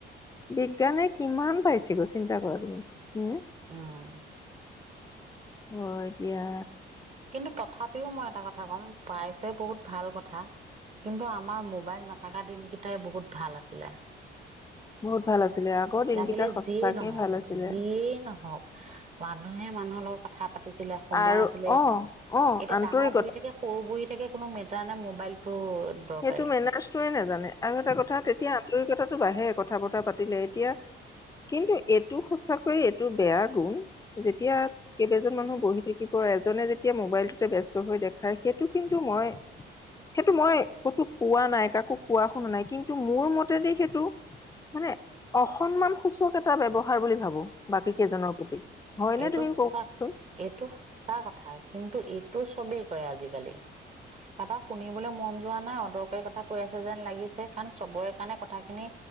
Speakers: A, on the left; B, on the right.
A: বিজ্ঞানে কিমান পাইছেগৈ, চিন্তা কৰা তুমি হুম?
B: উম।
A: হয় দিয়া।
B: কিন্তু তথাপিও মই এটা কথা কম, পাইছে বহুত ভাল কথা কিন্তু আমাৰ মোবাইল নথকা দিন কেইটাই বহুত ভাল আছিলে।
A: বহুত ভাল আছিলে। আগৰ দিনকেইটা
B: লাগিলে
A: সঁচাকেই
B: যিয়েই নহওক,
A: ভাল আছিলে
B: যিয়েই নহওক মানুহে মানুহৰ লগত কথা পাতিছিলে, সময়
A: আৰু
B: আছিলে
A: অ অ
B: এতিয়া
A: আন্তৰিকতা
B: ডাঙৰ বহি থাকে সৰু বহি থাকে কোনো মেটাৰ নাই, মোবাইলটো দৰকাৰী
A: সেইটো মেনাৰছটোৱে নাজানে, আৰু এটা কথা তেতিয়া আন্তৰিকতাটো বাঢ়ে কথা বতৰা পাতিলে, এতিয়া কিন্তু এইটো সঁচাকৈয়ে, এইটো বেয়া গুণ। যেতিয়া কেইবাজন মানুহ বহি থাকিব এজনে যেতিয়া মোবাইলটোতে ব্যস্ত হৈ দেখায়। সেইটো কিন্তু মই সেইটো মই কতো পোৱা নাই কাকো কোৱা শুনা নাই। কিন্তু মোৰ মতে দি সেইটো মানে অসন্মান সূচক এটা ব্যৱহাৰ বুলি ভাবো। বাকী কেইজনৰ প্ৰতি হয়নে
B: এইটো
A: তুমি
B: সঁচা
A: কওকচোন
B: এইটো সঁচা কথা, কিন্তু এইটো চবেই কৰে আজিকালি। কাৰাবাৰ শুনিবলৈ মন যোৱা নাই অদৰকাৰী কথা কৈ আছে যেন লাগিছে, কাৰণ চবৰে কাৰণে কথাখিনি